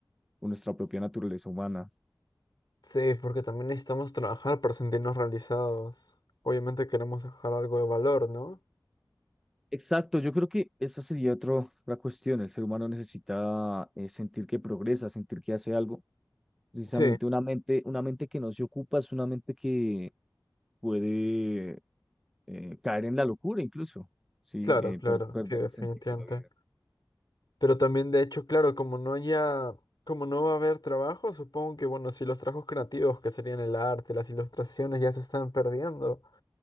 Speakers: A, in the centre; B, on the left.
A: con nuestra propia naturaleza humana.
B: Sí, porque también necesitamos trabajar para sentirnos realizados. Obviamente queremos dejar algo de valor, ¿no?
A: Exacto, yo creo que esa sería otro- otra cuestión. El ser humano necesita eh, sentir que progresa, sentir que hace algo. Precisamente
B: Sí.
A: una mente, una mente que no se ocupa es una mente que puede eh, caer en la locura incluso, ¿sí?
B: Claro,
A: Eh,
B: claro,
A: per- perder
B: sí, definitivamente.
A: el sentido de la vida.
B: Pero también, de hecho, claro, como no haya, como no va a haber trabajo, supongo que, bueno, si los trabajos creativos, que serían el arte, las ilustraciones, ya se están perdiendo,